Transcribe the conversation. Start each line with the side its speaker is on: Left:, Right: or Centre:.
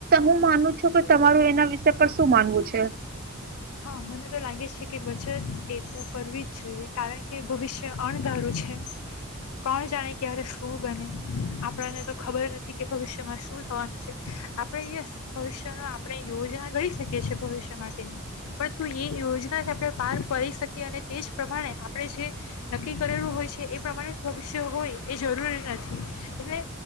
Right: હું માનું છું કે તમારું એના વિષય પર શું માનવું છે?
Left: હા, મને તો લાગે છે કે બચત એ તો કરવી જ જોઈએ કારણ કે ભવિષ્ય અણધારું છે. કોણ જાણે ક્યારે શું બને? આપણને તો ખબર નથી કે ભવિષ્યમાં શું થવાનું છે? આપણે ભવિષ્ય ન આપણે યોજના ગણી શકીએ છેએ ભવિષ્ય માટેની પરંતુ એ યોજના જ આપણે પાર પાડી શકીએ અને તે જ પ્રમાણે આપણે જે નક્કી કરેલું હોય છે એ પ્રમાણે જ ભવિષ્ય હોય એ જરૂરી નથી એટલે